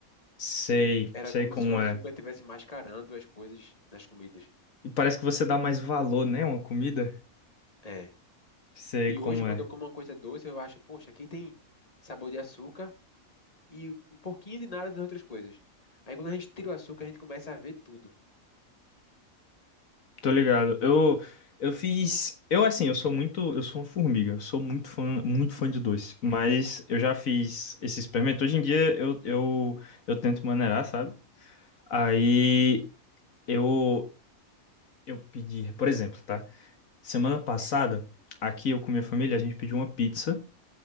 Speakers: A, on the left; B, on the left.
A: sei,
B: Era
A: sei
B: como
A: como
B: se o açúcar
A: é.
B: estivesse mascarando as coisas nas comidas.
A: E parece que você dá mais valor, né? Uma comida.
B: É.
A: Sei
B: E
A: como
B: hoje, quando
A: é.
B: eu como uma coisa doce, eu acho, poxa, aqui tem sabor de açúcar e um pouquinho de nada das outras coisas. Aí, quando a gente tira o açúcar, a gente começa a ver tudo.
A: Tô ligado. Eu, eu fiz. Eu, assim, eu sou muito. Eu sou uma formiga. Eu sou muito fã, muito fã de doce. Mas eu já fiz esse experimento. Hoje em dia eu, eu, eu tento maneirar, sabe? Aí eu, eu pedi. Por exemplo, tá? Semana passada, aqui eu com minha família, a gente pediu uma pizza.